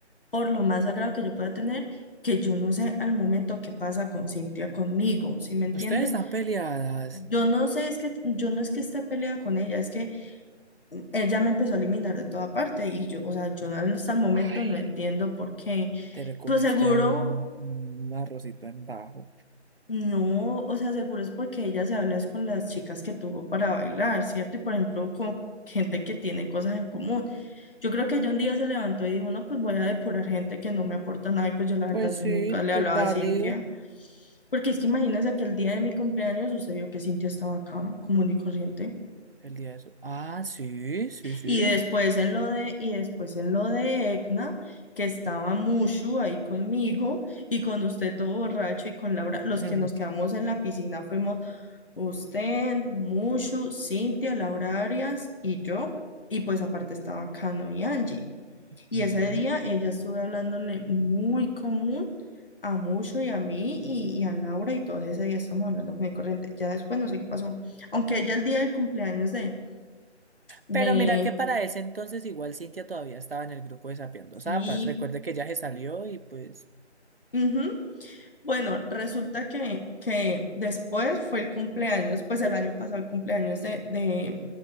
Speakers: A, on the left; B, on the right.
A: por lo más sagrado que yo pueda tener, que yo no sé al momento qué pasa con Cintia conmigo, ¿sí me entiendes?
B: Ustedes están peleadas.
A: Yo no sé, es que yo no es que esté peleada con ella, es que ella me empezó a eliminar de toda parte y yo, o sea, yo no- hasta el momento
B: Ay,
A: no entiendo por qué.
B: te le comiste
A: Pues seguro.
B: a un, un arrocito en bajo.
A: No, o sea, seguro es porque ella se habla es con las chicas que tuvo para bailar, ¿cierto? Y por ejemplo, con gente que tiene cosas en común. Yo creo que ella un día se levantó y dijo, no, pues voy a depurar gente que no me aporta nada. Y pues yo la
B: Pues
A: verdad, yo
B: sí,
A: nunca le
B: te
A: hablaba
B: es válido.
A: a Cintia. Porque es que imagínense que el día de mi cumpleaños sucedió que Cintia estaba acá, común y corriente.
B: El día de su- Ah, sí, sí, sí.
A: Y después en lo de, y después en lo de Egna, que estaba Mushu ahí conmigo y con usted todo borracho y con Laura, los
B: Hmm,
A: que nos quedamos en la piscina fuimos. Usted, Mushu, Cintia, Laura Arias y yo. Y pues aparte estaba Cano y Angie. Y
B: ujú.
A: ese día ella estuvo hablándole muy común a Mushu y a mí y, y a Laura y todos ese día estamos hablando muy corriente. Ya después no sé qué pasó. Aunque ella el día del cumpleaños de... de
B: Pero mira que para ese entonces igual Cintia todavía estaba en el grupo de Sapeando Zapas.
A: sí.
B: Recuerde que ya se salió y pues...
A: ujú. Bueno, resulta que, que después fue el cumpleaños, pues el año pasado el cumpleaños de, de,